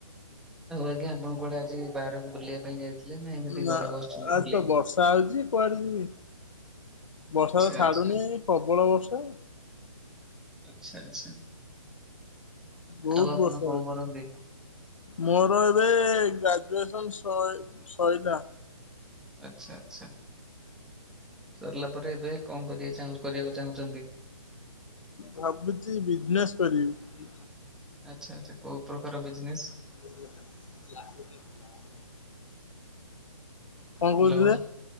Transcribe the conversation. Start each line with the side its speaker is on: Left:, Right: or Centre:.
Centre: ଆଉ ଆଜ୍ଞା ଆପଣ କୁଆଡେ ଆଜି ବାହାରକୁ ବୁଲିବା ପାଇଁ ଯାଇଥିଲେ। ଏମିତି
Left: ନା
Centre: ଘରେ ବସିଛନ୍ତି
Left: ଆଜି
Centre: ଖାଲି?
Left: ତ ବର୍ଷା ହଉଛି। କୁଆଡେ ଯିବି ବର୍ଷା
Centre: ଆଚ୍ଛା
Left: ତ ଛାଡୁନି
Centre: ଆଚ୍ଛା
Left: ପ୍ରବଳ ବର୍ଷା।
Centre: ଆଚ୍ଛା ଆଚ୍ଛା।
Left: ବହୁତ
Centre: ଆଉ ଆପଣ
Left: ବର୍ଷା
Centre: କଣ
Left: ହଉଛି।
Centre: କରନ୍ତି?
Left: ମୋର ଏବେ ଗ୍ରାଜୁଏସନ୍ ସଇ ସଇଲା।
Centre: ଆଚ୍ଛା ଆଚ୍ଛା ସରିଲା ପରେ ଏବେ କଣ କରିବାଁ କରିବାକୁ ଚାହୁଁଛନ୍ତି।
Left: ଭାବୁଛି ବିଜନେସ୍ କରିବି।
Centre: ଆଚ୍ଛା ଆଚ୍ଛା କୋଉ ପ୍ରକାର ବିଜନେସ୍।
Left: <unintelligible> କଣ କହୁଥିଲେ
Centre: ହ୍ୟାଲୋ